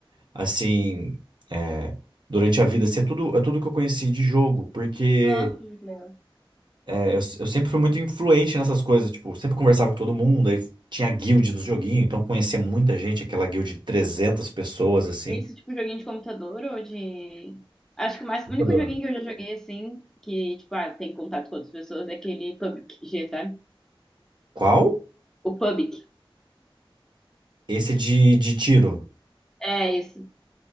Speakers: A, on the right; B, in the centre.
A: assim, é, durante a vida, assim, é tudo, é tudo que eu conheci de jogo, porque.
B: nossa, que legal.
A: É, eu, eu sempre fui muito influente nessas coisas, tipo, sempre conversava com todo mundo, aí tinha a guild do joguinho, então conhecia muita gente, aquela guild de 300 pessoas, assim.
B: Isso, tipo, joguinho de computador ou de. Acho que o, mais...
A: Computador.
B: o único joguinho que eu já joguei assim, que, tipo, ah, tem contato com outras pessoas, é aquele PUBG, sabe?
A: Qual?
B: O PUBG.
A: Esse de, de tiro.
B: É isso.